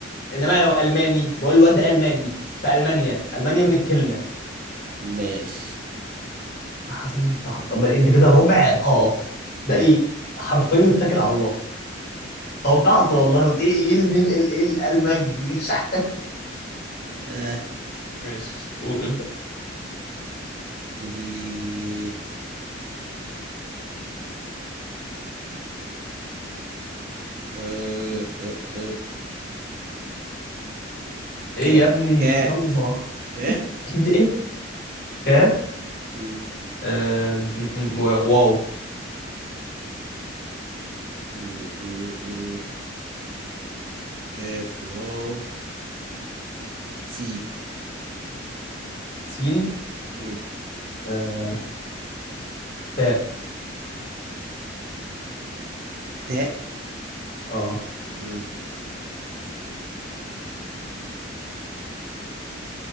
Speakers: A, on the left (about 50°); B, on the right (about 50°).
A: انما لو الماني بقول الواد ده الماني في المانيا المانيا من الكلمه
B: ماشي
A: حاسس انت حط- طب انت كده ربع قاف ده
B: ماشي
A: ايه؟ حرفين واتكل على الله توقعت والله قلت ايه ايه الميم ايه إيه المغربي <laughs> مش عارف
B: اه
A: ماشي قول ابدأ
B: تدي أه أه أه.
A: ايه
B: كاف
A: يا ابني
B: كاف
A: يلا
B: كاف
A: <laughs> كده ايه كاف
B: م-
A: آم، م- م- و- واو
B: م- م- م. كاف واو سين
A: سين
B: م.
A: آه، تاء
B: تاء
A: اه
B: م.